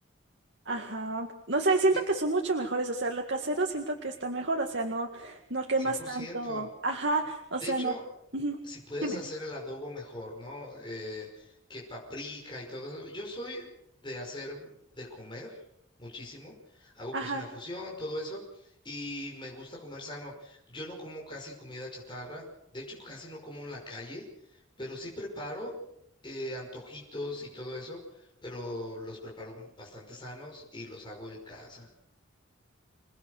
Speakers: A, on the right; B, on the left.
A: Ajá. No sé, siento
B: fí-
A: que son mucho mejores, o sea, lo casero siento que está mejor, o sea, no, no quemas
B: cien por
A: tanto.
B: ciento.
A: Ajá, o
B: De
A: sea,
B: hecho,
A: no. Ujú.
B: si puedes
A: Dime.
B: hacer el adobo mejor, ¿no? Eh, que paprika y todo eso. Yo soy de hacer de comer muchísimo. Hago
A: Ajá.
B: cocina fusión, todo eso. Y me gusta comer sano. Yo no como casi comida chatarra. De hecho, casi no como en la calle, pero sí preparo eh, antojitos y todo eso, pero los preparo bastante sanos y los hago en casa.